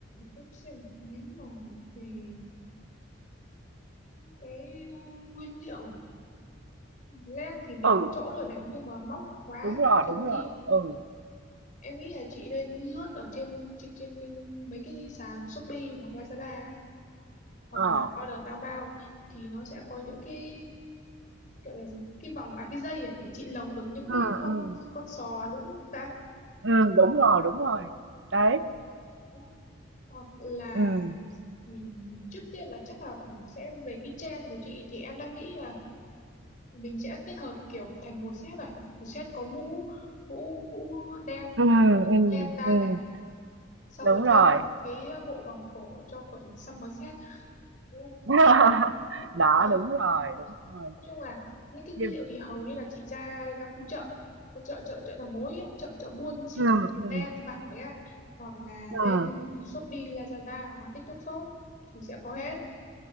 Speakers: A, on the left; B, on the right.
A: để xem nếu mà về cái ờ, nguyên liệu này. len thì mình
B: ừ
A: có chỗ rồi này nhưng mà móc khóa
B: đúng rồi
A: các thứ
B: đúng rồi
A: thì
B: ừ
A: em nghĩ là chị nên lướt ở trên trên trên, trên mấy cái sàn Shopee hoặc Lazada á, hoặc
B: ờ
A: là order Taobao bao thì nó sẽ có những cái gọi là gì cái vòng à cái dây à, để chị lồng được những
B: ừ
A: cái con
B: ừ
A: con sò đúng không ta
B: Ừ đúng rồi, đúng rồi. Đấy,
A: Ờ, đó. hoặc là
B: ừ
A: Mình trước tiên là chắc là phải xem về cái trend của chị thì em đang nghĩ là mình sẽ kết hợp kiểu thành một set à một set có mũ mũ mũ đen
B: ừ
A: à, mũ
B: ừ
A: len da
B: ừm,
A: này xong
B: đúng
A: rồi
B: rồi.
A: thêm một cái bộ vòng cổ cho gọi là summer set Ồ.
B: <laughs> Đó,
A: <laughs>
B: đúng rồi, đúng rồi.
A: nói chung là những cái nguyên
B: Nhưng
A: liệu thì hầu như là chị ra ra khu chợ khu chợ chợ chợ đầu mối á, chợ chợ buôn chỉ
B: ừ
A: cái
B: ừ
A: len vải á hoặc là
B: ừ
A: lên Shopee Lazada hoặc là TikTok Shop thì sẽ có hết